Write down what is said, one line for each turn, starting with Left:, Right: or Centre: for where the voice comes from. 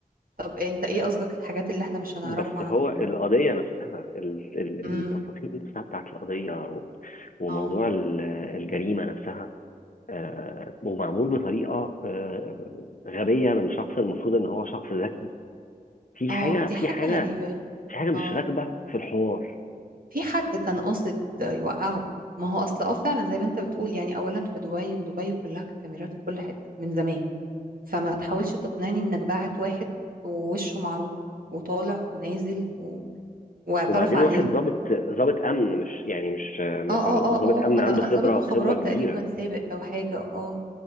Right: طب انت ايه قصدك الحاجات اللي احنا مش هنعرفها
Left: بس هو
Right: عنه
Left: القضيه نفسها ال- ال-
Right: امم
Left: التفاصيل نفسها بتاعت القضيه و- وموضوع
Right: اه
Left: ال- الجريمه نفسها آه، ومعمول بطريقه آه، غبيه من شخص المفروض ان هو شخص ذكي في حاجه
Right: اه دي حاجة
Left: في حاجه
Right: غريبة
Left: في حاجه مش
Right: اه
Left: راكبه في الحوار
Right: في حد كان قاصد يوقعه ما هو اصل اه فعلا زي ما انت بتقول يعني اولا في دبي ودبي كلها كاميرات في كل حتة من زمان فما تحاولش تقنعني انك باعت واحد ووشه معروف وطالع ونازل و... واعترف
Left: وبعدين
Right: عليك
Left: واحد ضابط ضابط امن مش يعني مش آه،
Right: اه اه اه
Left: ضابط
Right: اه
Left: امن
Right: ما
Left: عنده
Right: انا
Left: خبره
Right: ضابط مخابرات
Left: خبره كبيره
Right: تقريبا سابق او حاجة اه